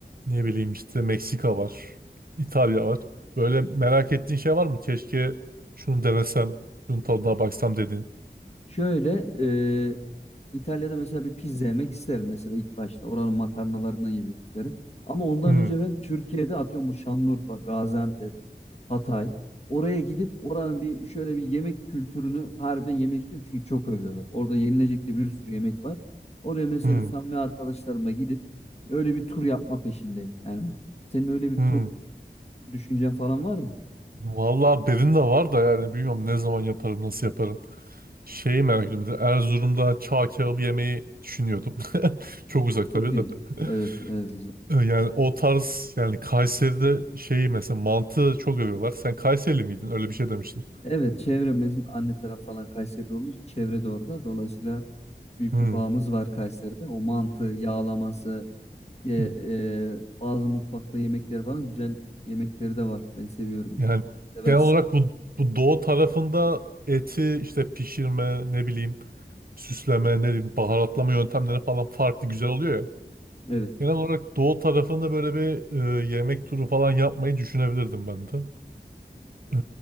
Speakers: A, on the right; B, on the left.
A: Ne bileyim işte Meksika var. İtalya var. Böyle merak ettiğin şey var mı? Keşke şunu denesem, şunun tadına baksam dediğin.
B: Şöyle e, İtalya'da mesela bir pizza yemek isterim mesela ilk başta. Oranın makarnalarından yemek isterim. Ama ondan
A: Hmm,
B: önce ben Türkiye'de atıyorum bu Şanlıurfa, Gaziantep, Hatay. Oraya gidip oranın bir şöyle bir yemek kültürünü harbiden yemek istiyorum. Çünkü çok övüyorlar. Orada yenilecek de bir sürü yemek var. Oraya mesela
A: hmm,
B: samimi arkadaşlarımla gidip öyle bir tur yapma peşindeyim. Yani senin öyle bir
A: hmm.
B: tur düşüncen falan var mı?
A: Vallahi benim de var da yani bilmiyorum ne zaman yaparım, nasıl yaparım. Şeyi merak ediyorum. Mesela Erzurum'da çağ kebabı yemeyi düşünüyordum. <laughs> Çok
B: Mesela
A: uzak
B: çok
A: tabii
B: iyi.
A: de.
B: Evet,
A: <laughs>
B: evet.
A: Yani o tarz yani Kayseri'de şeyi mesela mantı çok övüyorlar. Sen Kayserili miydin? Öyle bir şey demiştin.
B: Evet çevrem bizim anne taraf falan Kayserili olduğu için çevre de orada. Dolayısıyla büyük
A: Hmm.
B: bir bağımız var Kayseri'de. O mantı, yağlaması, e,
A: Hmm.
B: e, bazı mutfakta yemekleri falan güzel yemekleri de var. Ben seviyorum yani.
A: Yani
B: Seversin.
A: genel olarak bu, bu doğu tarafında eti işte pişirme ne bileyim süsleme ne bileyim baharatlama yöntemleri falan farklı güzel oluyor ya.
B: Evet.
A: Genel olarak doğu tarafında böyle bir e, yemek turu falan yapmayı düşünebilirdim ben de. E,